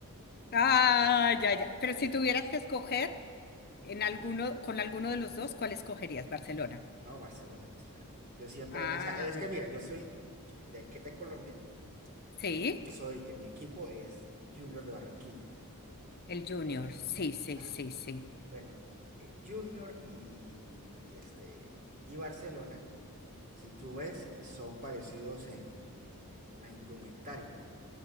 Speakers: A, on the left (about 45°); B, on the right (about 40°).
A: Ah, ya, ya. Pero si tuvieras que escoger en alguno, con alguno de los dos, ¿cuál escogerías? Barcelona.
B: <laughs> No, Barcelona, sí, claro. Yo siempre,
A: Ah,
B: o sea, es que mira, yo soy de, aquí- de Colombia.
A: sí,
B: eh, yo soy, eh, mi equipo es Junior de Barranquilla.
A: el Junior.
B: Junior.
A: Sí, sí,
B: Ajá.
A: sí, sí.
B: Bueno, eh, Junior y, y este y Barcelona Si tú ves, son parecidos en, en la indumentaria.